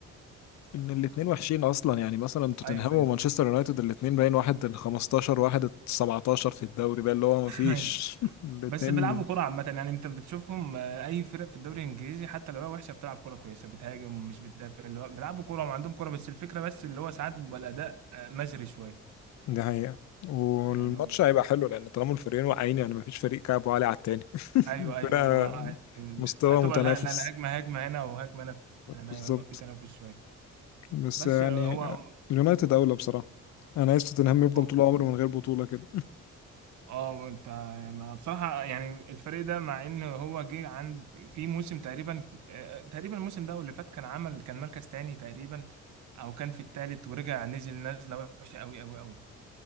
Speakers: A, on the left (about 65°); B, on the right (about 70°).
A: ان الاتنين وحشين اصلا يعني مثلا توتنهام
B: ايوه
A: ومانشستر
B: ايوه
A: يونايتد الاتنين باين واحد ال 15 واحد ال 17 في الدوري بقى اللي هو ما فيش
B: ايوه <laughs>
A: <laughs> الاتنين
B: بس بيلعبوا كرة عامة يعني انت بتشوفهم آه، اي فرق في الدوري الانجليزي حتى لو هي وحشة بتلعب كرة كويسة بتهاجم ومش بتدافع اللي هو بيلعبوا كرة وعندهم كرة بس الفكرة بس اللي هو ساعات بيبقى الاداء آه، مزري شوية
A: دي حقيقة والماتش
B: يعني هو-
A: هيبقى حلو لأن طالما الفريقين واقعين يعني مفيش فريق كعبه عالي على التاني <laughs>
B: ايوه
A: الفرقة
B: ايوه ايوه مع
A: مستوى
B: هتبقى
A: متنافس
B: الها- لا لا هجمة هجمة هنا وهجمة هنا فعلا
A: بالظبط
B: ايوه هيبقى في تنافس شوية
A: بس
B: بس
A: يعني
B: آه، هو
A: اليونايتد أولى بصراحة أنا عايز توتنهام يفضل
B: هو
A: طول عمره من غير بطولة كده
B: اه وانت ما بصراحة يعني الفريق ده مع ان هو جه عند في موسم تقريبا آه، تقريبا الموسم ده أو اللي فات كان عمل كان مركز تاني تقريبا او كان في التالت ورجع نزل نزلة وحشة قوي قوي قوي